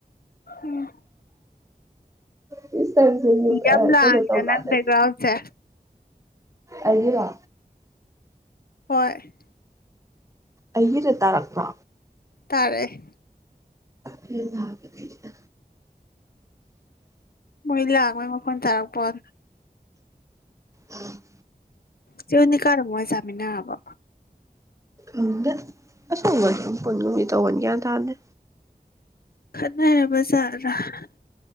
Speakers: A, on the left; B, on the right.
A: ꯎꯝ
B: ꯏꯁꯇꯔꯁꯦ
A: ꯌꯥꯝ ꯂꯥꯡꯉꯤꯗ
B: ꯀꯩꯅꯣ ꯇꯧꯀꯥꯟꯗꯗꯤ
A: ꯅꯪ ꯕꯦꯛꯒ꯭ꯔꯥꯎꯟꯁꯦ
B: ꯑꯩꯒꯤꯔꯣ
A: ꯍꯣꯏ
B: ꯑꯩꯒꯤꯗ ꯇꯥꯔꯛꯄ
A: ꯇꯥꯔꯛꯑꯦ
B: ꯐꯦꯟ ꯊꯥꯕꯒꯤꯅꯤ
A: ꯃꯣꯏ ꯂꯥꯡꯕꯩ ꯃꯈꯣꯟ ꯇꯥꯔꯛꯄ ꯋꯥꯟ
B: ꯎꯝ
A: ꯆꯦ ꯑꯣꯅꯤꯀꯥꯗꯨ ꯃꯣꯏ ꯆꯤꯃꯤꯅꯔꯕꯣ
B: ꯈꯪꯗꯦ ꯑꯁꯣꯝ ꯁꯨꯝ ꯄꯨꯨꯟꯒꯨꯝꯗꯤ ꯇꯧꯕꯟ ꯒ꯭ꯌꯥꯟ ꯇꯥꯗꯦ
A: ꯉꯅꯕꯖ꯭ꯔꯥ <unintelligible>